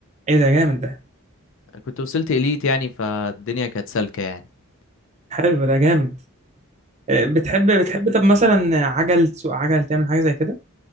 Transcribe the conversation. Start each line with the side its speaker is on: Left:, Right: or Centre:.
Right: ايه ده جامد ده
Left: كنت وصلت اليت يعني فالدنيا كانت سالكه يعني
Right: حلو ده جامد آه بتحب بتحب طب مثلا عجل تسوق عجل تعمل حاجه زي كده